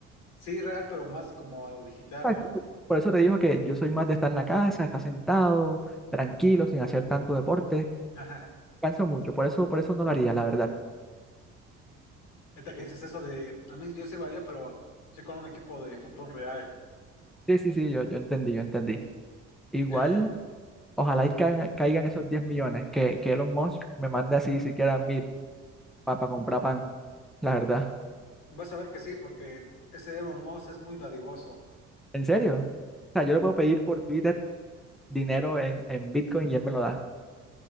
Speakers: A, on the left; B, in the centre.
A: sí real, pero más como a lo digital,
B: Exacto.
A: ¿no?
B: pues, Por eso te digo que yo soy más de estar en la casa, estar sentado, tranquilo, sin hacer tanto deporte.
A: <laughs> Ajá.
B: Canso mucho, por eso, por eso no lo haría, la verdad.
A: Ahorita que dices eso de, a mí yo sirvaría, pero estoy con un equipo de fútbol real.
B: Sí, sí, sí, yo, yo entendí, yo entendí. Igual,
A: <laughs> Ajá.
B: ojalá y ca- caigan esos 10 millones, que, que Elon Musk me mande así siquiera mil para comprar pan, la verdad.
A: Vas a ver que sí, porque ese Aaron Moss es muy dadivoso.
B: ¿En serio? O sea, yo le puedo pedir por Twitter dinero en, en Bitcoin y él me lo da.